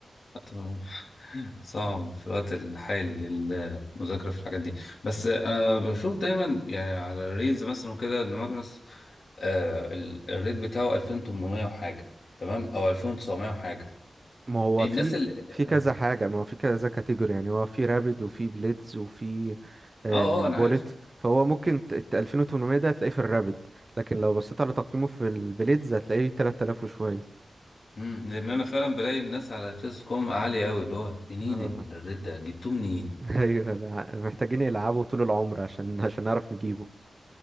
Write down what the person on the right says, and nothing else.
ما هو
في
في كذا حاجة ما هو في كذا كاتيجوري يعني هو في رابد وفي بليدز وفي
بولت
فهو ممكن ت- الت- 2800 ده هتلاقيه في الرابد لكن لو بصيت على تقييمه في البليدز هتلاقيه 3000 وشوية
اه
<laughs> ايوه لا، محتاجين يلعبوا طول العمر عشان عشان نعرف نجيبه